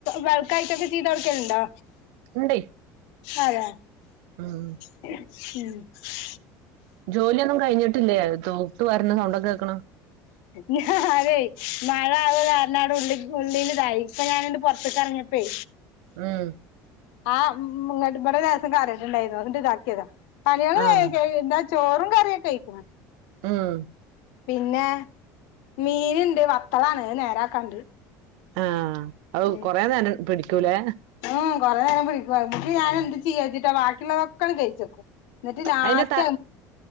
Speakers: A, on the left (about 80°); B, on the right (about 75°).
A: ബൾക്കായിട്ടൊക്കെ ചെയ്തു കൊടുക്കലുണ്ടോ
B: ഇണ്ടേ
A: ആരാ
B: ഉം
A: <inaudible>
B: ജോലിയൊന്നും കഴിഞ്ഞിട്ടില്ലേ തൂത്ത് വാരുന്ന സൗണ്ടൊക്കെ കേക്കണ്
A: ഞാനേ മഴ <unintelligible> കാര <unintelligible> ഉള്ളിക്ക് ഉള്ളിലിതായി ഇപ്പ ഞാനങ്ങട്ട് പുറത്തേക്കെറങ്ങിയപ്പഴേ
B: ഉം
A: ആഹ് ഇങ്ങട്ട് ഇവ്ടെ ലേശം <unintelligible> അന്നിട്ട് ഇതാക്കിയതാ പണികള്
B: ആഹ്
A: വേഗം കഴിയും എന്താ ചോറും കറിയൊക്ക ആയിക്ക്‌ ണ്
B: ആഹ്
A: പിന്നെ മീൻണ്ട് വത്തളാണ് അത് നേരാക്കാണ്ട്
B: ആഹ് അത്
A: ഉം
B: കൊറേ നേരം പിടിക്കൂലേ
A: ഉം കൊറെ നേരം പിടിക്കും അന്നിട്ട് ഞാൻ എന്ത് ചെയ്യാച്ചിട്ടാ ബാക്കിയുള്ളതൊക്കങ്ങ് വെയിച്ചു വെക്കും എന്നിട്ട് ലാസ്റ്റ്
B: അതിന്റെ ത